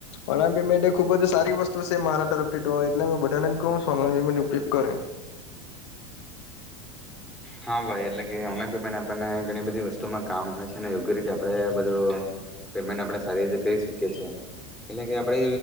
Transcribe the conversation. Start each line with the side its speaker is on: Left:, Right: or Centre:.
Left: ઓનલાઈન પેમેન્ટ એ ખૂબ જ સારી વસ્તુ છે મારા તરફથી તો એટલે બધાંને કઉ છું ઓનલાઈન પેમેન્ટનો ઉપયોગ કરે. <inaudible>
Centre: હા ભાઈ, એટલે કે ઓનલાઈન પેમેન્ટ આપણને ઘણી બધી વસ્તુમાં કામ આવે છે અને યોગ્ય રીતે આપરે બધું પેમેન્ટ આપણે સારી રીતે કરી શકીએ છીએ. એટલે કે આપરે